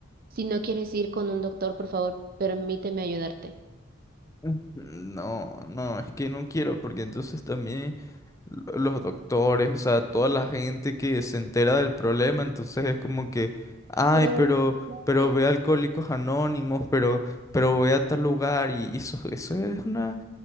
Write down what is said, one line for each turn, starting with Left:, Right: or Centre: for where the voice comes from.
Right: si no quieres ir con un doctor, por favor, permíteme ayudarte.
Left: mm. No, no, es que no quiero porque entonces también lo- los doctores, o sea, toda la gente que se entera del problema, entonces es como que, ay,
Right: Pero
Left: pero,
Right: Dani, Dani,
Left: pero ve a Alcohólicos Anónimos, pero, pero ve a tal lugar, y y eso, eso es una,